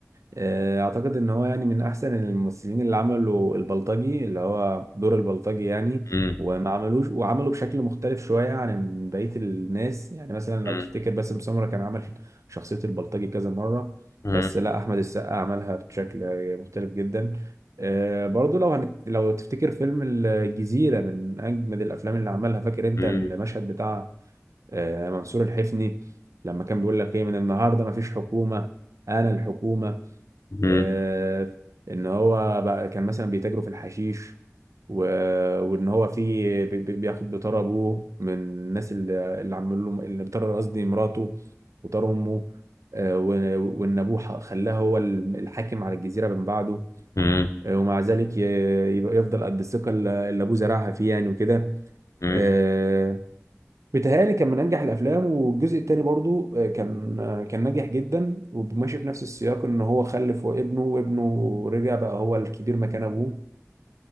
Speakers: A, on the right; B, on the left.
A: آه، اعتقد ان هو يعني من احسن الممثلين اللي عملوا البلطجي اللي هو دور البلطجي يعني
B: مم،
A: وما عملوش وعملوا بشكل مختلف شوية عن بقية الناس يعني مثلا لو
B: مم،
A: تفتكر باسم سمرة كان عمل شخصية البلطجي كذا مرة
B: مم،
A: بس لا أحمد السقا عملها بشكل مختلف جدا آه، برضو لو هنت... لو تفتكر فيلم الجزيرة من أجمد الأفلام اللي عملها فاكر أنت
B: مم،
A: المشهد بتاع آه، منصور الحفني لما كان بيقول لك إيه من النهاردة مفيش حكومة أنا الحكومة
B: مم،
A: آه، ان هو بقى كان مثلا بيتاجروا في الحشيش و... وان هو في بي- بي- بياخد بطار ابوه من الناس اللي اللي عملوا له اللي بطار قصدي مراته وطار امه آه، و- وان ابوه ح- خلاه هو الم- الحاكم على الجزيره من بعده
B: مم،
A: آه، ومع ذلك ي- يبقى يفضل قد الثقه اللي اللي ابوه زرعها فيه يعني وكده
B: مم.
A: آه، بيتهيألي كان من أنجح الأفلام والجزء التاني برضو آه، كان آه، كان ناجح جدا وماشي في نفس السياق إن هو خلف وابنه وابنه رجع بقى هو الكبير مكان أبوه